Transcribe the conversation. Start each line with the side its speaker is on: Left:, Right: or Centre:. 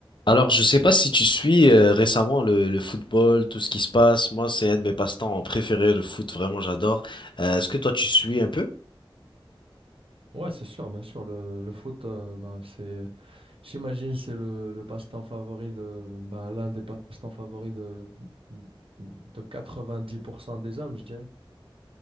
Left: Alors, je sais pas si tu suis euh, récemment le, le football, tout ce qui se passe. Moi, c'est un de mes passe-temps préférés, le foot, vraiment, j'adore. Euh, est-ce que toi, tu suis un peu?
Right: Ouais, c'est sûr, bien sûr. Le, le foot, euh, ben, c'est, j'imagine, c'est le, le passe-temps favori de, ben, l'un des passe-temps favoris de, de de 90% des hommes, je dirais.